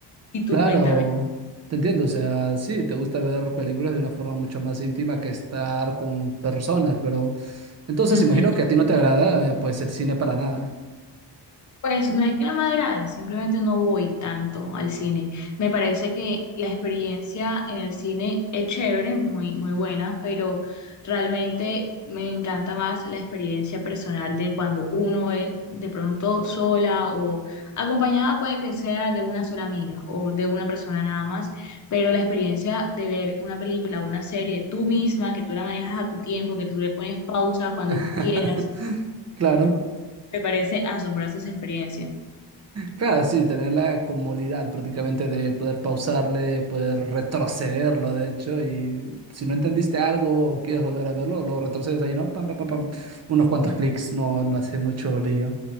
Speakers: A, on the left; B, on the right.
A: Y tú
B: claro,
A: cuéntame.
B: te entiendo, o sea, sí, te gusta ver películas de una forma mucho más íntima que estar con personas, pero entonces
A: Ujú.
B: imagino que a ti no te agrada, eh, pues el cine para nada.
A: Pues no es que no me agrade, simplemente no voy tanto al cine. Me parece que la experiencia en el cine es chévere, muy, muy buena, pero realmente me encanta más la experiencia personal de cuando uno es de pronto sola o acompañada, puede que sea de una sola amiga o de una persona nada más, pero la experiencia de ver una película o una serie tú misma, que tú la manejas a tu tiempo, que tú le pones pausa cuando
B: <laughs>
A: tú quieras,
B: Claro,
A: me parece asombrosa esa experiencia.
B: claro, sí, tener la comodidad prácticamente de poder pausarle, poder retrocederlo, de hecho, y si no entendiste algo o quieres volver a verlo, lo retrocedes ahí, ¿no? Pam, pam, pam, pam, unos cuantos clics, no, no hace mucho lío.